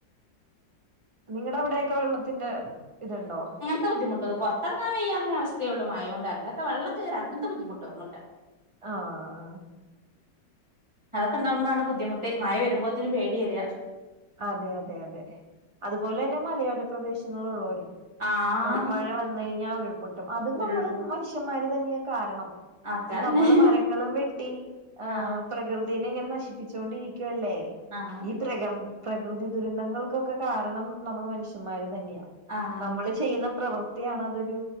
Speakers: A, on the right; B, on the right.
A: നിങ്ങളടെ അവിട്യാെക്കെ വെള്ളത്തിന്റെ ഇതുണ്ടോ?
B: അങ്ങതെ ബുദ്ധിമുട്ടാ പുറത്തിറങ്ങാൻ വയ്യാന്ന അവസ്ഥയുള്ള മയോണ്ട്ല്ലാത്ത വെള്ളം കേറ അങ്ങത്തെ ബുദ്ധിമുട്ടൊന്നുല്ല
A: ആഹ് ആഹ് ആഹ്
B: അതൊക്കെണ്ടകുമ്പളാണ് ബുദ്ധമുട്ട് മഴ വരുമ്പോത്തിന് പേടി വെര
A: അതെ അതെ അതെ അതുപോലെ തന്നെ മലയോര പ്രദേശങ്ങളിലുള്ളവരും
B: ആഹ്
A: മഴ വ വന്ന കഴിഞ്ഞാൽ ഉൾപൊട്ടും അത്
B: ഉരുൾപൊ
A: നമ്മള് മനുഷ്യന്മാര് തന്നെയാ കാരണം.
B: ഒക്കെന്നെ
A: ഈ നമ്മള് മരങ്ങളും വെട്ടി ആ
B: ആഹ്
A: പ്രകൃതിനെ ഇങ്ങനെ നശിപ്പിച്ച് ക്കൊണ്ടിരിക്കുവല്ലേ
B: ആഹ്
A: പ്രകം പ്രകൃതി ദുരന്തങ്ങൾക്കൊക്കെ കാരണം നമ്മൾ മനുഷ്യന്മാര് തന്നെയാ
B: ആഹ്
A: നമ്മൾ. ചെയ്യുന്ന പ്രവൃത്തിയാണ് അതൊരു